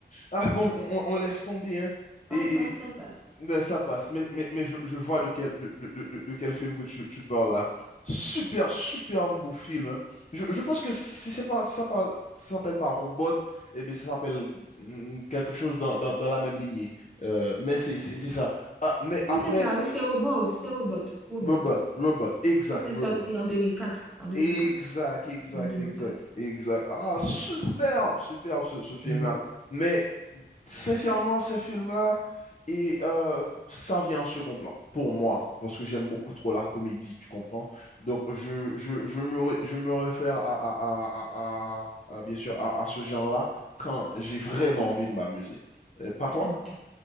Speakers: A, on the left; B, in the centre.
A: ah bon, on, on- on laisse tomber, hein. Et,
B: On, on s'en passe.
A: mais ça passe. Mais, mais, mais je, je vois de quel, de, de- de- de quel film que tu, tu parles là. Super, super beau film. hein. Je, je pense que si c'est pas, ça parle- ça s'appelle pas Robot, eh bien, ça s'appelle mm, quelque chose dans, dans, dans la même lignée. Euh, mais c'est c'est- c'est ça. Ah, mais
B: Oui,
A: après,
B: c'est ça. Oui, c'est robot. C'est robot. Robot.
A: Robot, Robot, exact,
B: C'était
A: Robot.
B: sorti en 2004. En 2004.
A: Exact, exact,
B: En deux mille
A: exact,
B: quatre.
A: exact. Ah, superbe, superbe ce, ce film-là.
B: Ouais.
A: Mais Sincèrement, ces films-là, et euh, ça vient en second plan, pour moi, parce que j'aime beaucoup trop la comédie, tu comprends? Donc, je, je, je me, ré- je me réfère à, à- à- à- à- à- bien sûr, à, à ce genre-là quand j'ai vraiment envie de m'amuser. Euh, pas toi?
B: Ok.